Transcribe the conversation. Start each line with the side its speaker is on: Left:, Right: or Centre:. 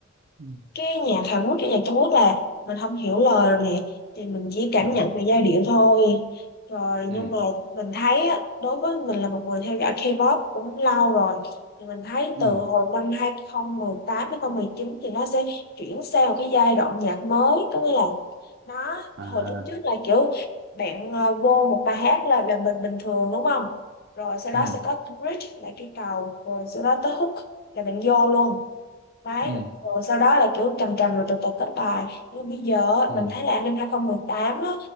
Right: Ừ,
Left: cái nhạc Hàn Quốc cái nhạc Trung Quốc là mình không hiểu lời rồi nè thì mình chỉ cảm
Right: đúng
Left: nhận về giai điệu thôi rồi
Right: ừ
Left: nhưng mà mình thấy á, đối với mình là một người theo dõi K-pop cũng lâu rồi thì mình thấy
Right: ừ
Left: từ hồi năm 2018 chín thì nó sẽ chuyển sang một cái giai đoạn nhạc mới có nghĩa là nó
Right: à
Left: hồi trước trước là kiểu bạn ờ, vô một bài hát là là mình bình thường đúng không rồi sau đó
Right: ừ
Left: sẽ có bridge là cái cầu rồi sau đó tới hook là bạn vô luôn đấy
Right: ừ
Left: rồi sau đó là kiểu trầm trầm rồi từ từ kết bài nhưng bây giờ á,
Right: ừ
Left: mình thấy là an ninh 2018 á,